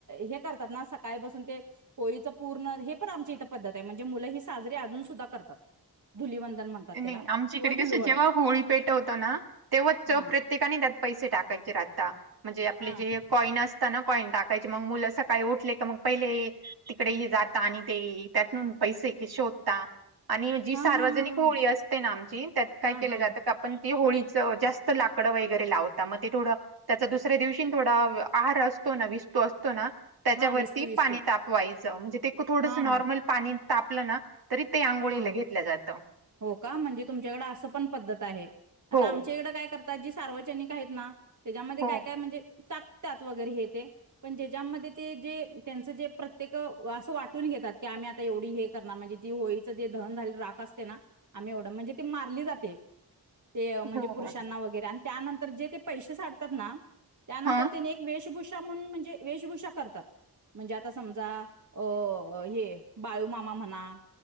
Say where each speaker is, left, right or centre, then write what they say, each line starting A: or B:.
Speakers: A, on the right; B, on the right.
A: हे करतात ना सकाळीपासून ते होळीचं पूर्ण हे पण आमची इथं पद्धत आहे म्हणजे मुलं ही साजरी अजून सुद्धा करतात धुलिवंदन म्हणतात त्याला
B: नाही
A: किंवा
B: आमच्याकडे कस
A: धुलवड
B: जेव्हा होळी पेटवतो ना तेव्हा च प्रत्य
A: हा
B: प्रत्येकाने त्यात पैसे टाकायचे राहता म्हणजे आपले
A: हा
B: जे कॉईन असताना कॉईन टाकायची मग मुलं असं काही उठले क मग पहिले तिकडे हे जाता आणि ते त्यात पैसे क शोधता आणि जी
A: हा
B: सार्वजनिक
A: हा हा
B: होळी असते ना आमची त्यात काय
A: हा
B: केलं
A: हा
B: जातं का पण ते होळीचं जास्त लाकडं वगैरे लावता मग ते थोडं त्याचा दुसऱ्या दिवशी थोडा आहार असतो ना विसतो असतो ना त्याच्यावरती
A: हा विस्तू विस्तू
B: पाणी तापवायचं. म्हणजे ते थोडस
A: हा
B: नॉर्मल
A: हा
B: पाणी तापलं ना- तरी ते आंघोळीला
A: हा
B: घेतल्या जातात.
A: हो का? म्हणजे तुमच्याकड असं पण पद्धत आहे. आता
B: हो
A: आमच्या इकडे काय कर- तात, जी सार्वजनिक आहेत ना, त्याच्यामध्ये
B: हो
A: काय काय? म्हणजे टाकतात वगैरे हे ते- पण ज्याच्यामध्ये ते जे त्यांचं जे प्रत्येक असं वाटून घेतात की आम्ही आता एवढी हे- म्हणजे ती होळीच जे दहन झाले राख असते ना आम्ही एवढ. म्हणजे ती मारली जाते ते म्हणजे
B: हो
A: पुरुषांना
B: हो
A: वगैरे आणि त्यानंतर जे ते पैसे साडतात ना त्यानंतर
B: हा
A: त्याने- वेशभूषा म्हणून म्हणजे वेशभूषा करतात. म्हणजे आता समजा- अ हे बाळूमामा म्हणा-